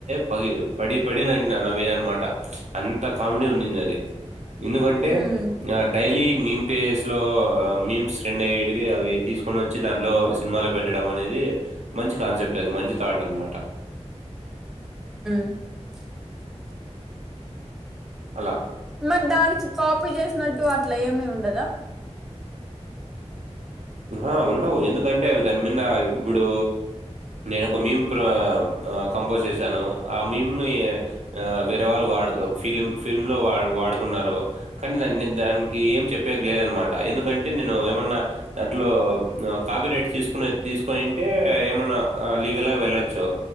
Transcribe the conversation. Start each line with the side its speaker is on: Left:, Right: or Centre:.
Right: పగి పడి పడి నా నవీన నవ్విన అన్నమాట అంత కామెడీ ఉన్నింది అది ఎందుకంటే
Centre: హ్మ్.
Right: డైలీ మీమ్ పేజెస్ లో మీమ్స్ ట్రెండ్ అయ్యే టివి తీసుకొని వచ్చి దాంట్లో సినిమాలో పె పెడం అనేది మంచి కాన్సెప్ట్ అది మంచి థాట్ అనమాట
Centre: <inaudible>
Right: అలా.
Centre: మరి దానికి కాఫీ చేసినట్టు అట్లా ఏమి ఉండదా
Right: ఆ ఉండవు ఎందుకంటే అవి దాని మీద ఇప్పుడు నేను ఒక మీమ్ ప్రో ఆ కంపోజ్ చేసాను ఆ మీమ్ ని ఆ వేరే వాళ్ళు అడుగు ఫిలిం ఫిల్మ్ లో వాడు వాడుకున్నారు కానీ దాన్ని దానికి ఏం చెప్పేది లేదన్నమాట ఎందు ఎందుకంటే నేను ఏమన్నా దాంట్లో కాపీ రైట్ తీసుకునే తీసుకోనుంటే ఏమన్నా లీగల్గా వెళ్ళొచ్చు